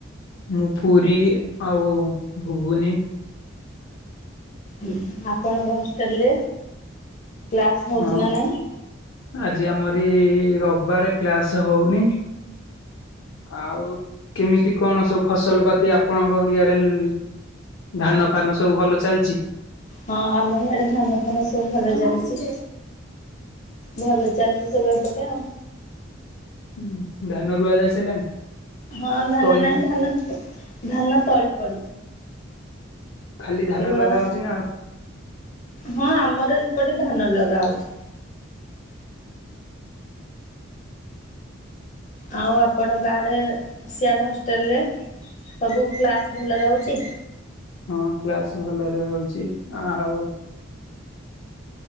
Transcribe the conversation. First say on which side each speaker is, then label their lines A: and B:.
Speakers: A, on the left; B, on the left.
A: ମୁଁ ପୁରୀ ଆଉ ଭୁବୁନି।
B: ଉଁହୁଁ ଆପଣଙ୍କ ହଷ୍ଟେଲ ରେ କ୍ଲାସ ହୋଉଚି
A: ହଁ
B: ନା ନାଇଁ।
A: ଆଜି ଆମରି ରବାର କ୍ଲାସ ହୋଉନି। ଆଉ କେମିତି କଣ ସବୁ ଫସଲ ପାତି ଆପଣଙ୍କ ଇଆଡେ ଲ ଧାନ ଫାନ ସବୁ ଭଲ ଚାଲିଚି।
B: ହଁ ଆମ ଇଆଡେ ଧାନ ଫାନ ସବୁ ଭଲ ଚାଲିଚି। ଭଲ ଚାଲିଛି ସବୁ ଏପଟେ ଆଉ।
A: ହୁଁ ଧାନ ରୁଆ ଯାଇ ସାରିଲାଣି?
B: ହଁ ଧାନ
A: ତଳିମା
B: ନାଇଁ ଧାନ ଧାନ ତଳି ପଡିଛି।
A: ଖାଲି ଧାନ
B: ରୁଆ
A: ଲଗା ହଉଚି ନା
B: ହଁ ଆମର ଏପଟେ ଧାନ ଲଗା ହଉଛି। ଆଉ ଆପଣଙ୍କଆଡ଼େ ସିଆଡ଼େ ହଷ୍ଟେଲରେ ସବୁ କ୍ଲାସ୍ ଭଲରେ ହଉଚି?
A: ହଁ କ୍ଲାସ ଭଲରେ ହଉଛି ଆଉ